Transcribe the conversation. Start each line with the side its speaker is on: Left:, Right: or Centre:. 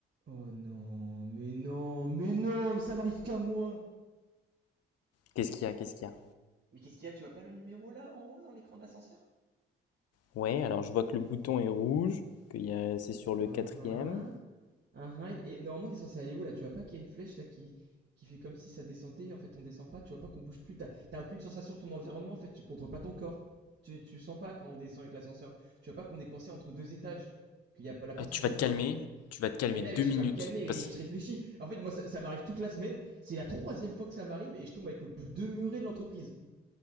Right: Oh non, mais non, mais non, mais ça m'arrive qu'à moi.
Left: Qu'est-ce qu'il y a? Qu'est-ce qu'il y a?
Right: Mais qu'est-ce qu'il y a? Tu vois pas le numéro là en haut dans l'écran de l'ascenseur?
Left: Ouais, alors je vois que le bouton est rouge, que y a... c'est sur le
Right: Uhum,
Left: quatrième.
Right: uhum, et, et normalement, on est censé aller où là? Tu vois pas qu'il y a une flèche là qui, qui fait comme si ça descendait et en fait on descend pas. Tu vois pas qu'on bouge plus. T'as, t'as aucune sensation de ton environnement en fait. Tu contrôles pas ton corps. Tu, tu sens pas quand on descend avec l'ascenseur. Tu vois pas qu'on est coincé entre deux étages. Qu'il y a pas, la porte
Left: Ah, Tu
Right: s'ouvre
Left: vas te
Right: pas.
Left: calmer, tu vas te calmer
Right: Mais non,
Left: deux
Right: mais je
Left: minutes.
Right: vais pas me calmer, mais
Left: Parce...
Right: je réfléchis. En fait, moi, ça, ça m'arrive toute la semaine. C'est la troisième fois que ça m'arrive et je tombe avec le plus demeuré de l'entreprise.